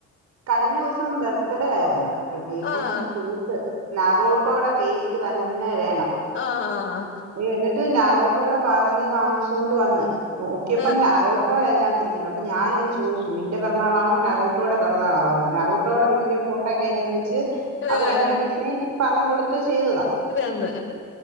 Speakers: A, on the right; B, on the left.
A: കഴിഞ്ഞ ദിവസം ബെർത്ത്ഡേ ആയിരുന്നു അപ്പോഴത്തേക്കും
B: ആഹ്
A: കേക്ക് നറോട്ടോയുടെ കേക്ക് തന്നെ വേണം
B: ആഹ് ആഹ് ആഹ്
A: എന്നിട്ട് നറോട്ടോടെ പറഞ് വാങ്ങിച്ചു കൊണ്ട് വന്ന് നോക്കിയപ്പം
B: ഏഹ്
A: നറോട്ടോ അതിനകത്ത് തിരിക്കുന്നെ അപ്പം ഞാങ്ങനെ ചോദിച്ചു നിന്റെ പിറന്നാളോ നറോ ട്ടോയുടെ പെരുന്നാളോ അല്ലെ നറൂട്ടോയുടെ വലിയ ഫോട്ടോ ഒക്കെ അതിനകത്ത് വെച്ച്
B: ഏഹ്
A: അവരങ്ങനെ ഡിസൈൻ പറഞ്ഞു കൊടുത്ത് ചെയ്തതാ
B: ന്ന്